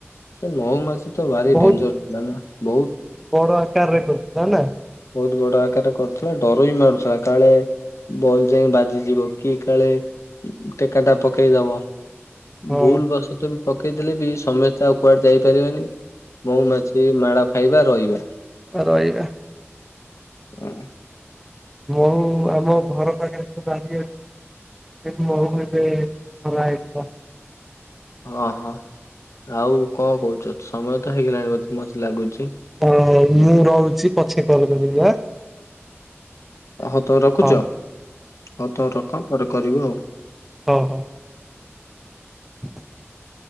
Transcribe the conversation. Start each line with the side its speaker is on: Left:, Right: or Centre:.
Left: ସେ ମହୁମାଛି ତ ଭାରି
Centre: ବହୁତ
Left: ଡେଞ୍ଜର ଥିଲା ନା ବହୁତ
Centre: ବଡ ଆକାରରେ କରୁଥିଲା ନା।
Left: ବହୁତ ବଡ଼ ଆକାରରେ କରୁଥିଲା ଡର ବି ମାରୁୁଥିଲା କାଳେ ବଲ ଯାଇ ବାଜିଯିବ କି କାଳେ ଟେକା ଟା ପକେଇଦବ।
Centre: ହଁ
Left: ଭୁଲ ବଶତ ବି ପକେଇ ଦେଲେ ବି ସମସ୍ତେ ଆଉ କୁଆଡ଼େ ଯାଇପାରିବେନି। ମଉ ମାଛି ମାଳ ଖାଇବା ରହିବା।
Centre: ହ ରହିବା।
Left: ହୁ।
Centre: ମହୁ ଆମ ଘର ପାଖରେ <unintelligible> <unintelligible>
Left: ହଁ ହଁ ଆଉ କଣ କହୁଛ ସମୟ ତ ହେଇଗଲାଣି ବୋଧେ ମତେ ଲାଗୁଛି?
Centre: ହଁ ହଁ ମୁଁ ରହୁଛି ପଛେ କଲ୍ କରିବି ଆଁ।
Left: ହଉ ତମେ ରଖୁଛ
Centre: ହଉ
Left: ହଉ ତ ରଖ ପରେ କରିବ ଆଉ।
Centre: ହଁ ହଁ। <inaudible>